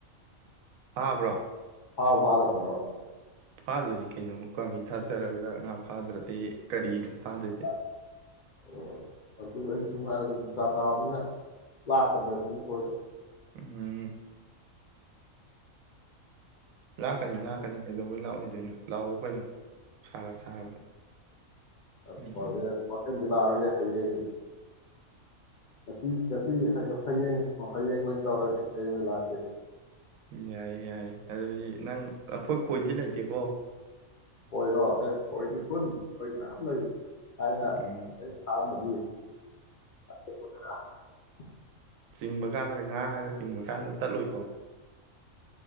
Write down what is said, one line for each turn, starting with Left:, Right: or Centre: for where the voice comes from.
Right: ꯑꯕ꯭ꯔꯣ
Left: ꯍꯥꯎ ꯋꯥꯔꯕ꯭ꯔꯕ
Right: ꯐꯥꯗꯨꯗꯤ ꯀꯩꯅꯣ ꯀꯥꯕꯤ ꯊꯥꯖꯔꯒ ꯉꯥ ꯐꯥꯗ꯭ꯔꯗꯤ ꯀꯔꯤꯅꯣ ꯐꯥꯗꯣꯏꯁꯦ
Left: ꯑꯣ ꯑꯗꯨ ꯁꯥ ꯁꯥꯕꯅꯤꯅ ꯂꯥꯛꯀꯗ꯭ꯔꯁꯤꯅꯤꯣꯏꯗ
Right: ꯎꯝ ꯂꯥꯛꯀꯅꯤ ꯂꯥꯛꯀꯅꯤ ꯀꯩꯗꯧꯕꯩ ꯂꯥꯛꯑꯣꯏ ꯑꯗꯨꯏꯅꯣ ꯂꯥꯛꯑꯣ ꯀꯩꯅꯣ ꯁꯥꯒ ꯁꯥꯕꯗ
Left: ꯂ
Right: ꯎꯝ
Left: ꯐ ꯂꯥꯛꯑꯒꯦ ꯍꯥꯏꯌꯦꯡꯉ ꯉꯁꯤ ꯉꯁꯤ ꯍꯌꯦꯡ ꯍꯌꯦꯡ ꯑꯣꯏꯅ ꯇꯧꯔꯒꯦ ꯀꯩ ꯂꯥꯛꯀꯦ
Right: ꯌꯥꯏ ꯌꯥꯏ ꯑꯗꯨꯗꯤ ꯅꯪ ꯑꯩꯈꯣꯏ ꯈꯣꯏꯗꯤ ꯂꯩꯇꯦꯀꯣ
Left: ꯍꯣꯏꯔꯣ ꯑꯦ ꯀꯣꯏꯗꯤ
Right: ꯎꯝ
Left: ꯐꯣꯟꯅꯤ ꯑꯩ ꯃ ꯌꯥꯝ ꯅ ꯀꯥꯏꯅ
Right: ꯎꯝ
Left: ꯀ ꯊ ꯑꯥ
Right: ꯆꯤꯡꯕ ꯀꯥꯟꯗ ꯉꯥꯅꯒ ꯆꯤꯡꯕ ꯀꯥꯟꯗ ꯇꯠꯂꯨꯀꯣ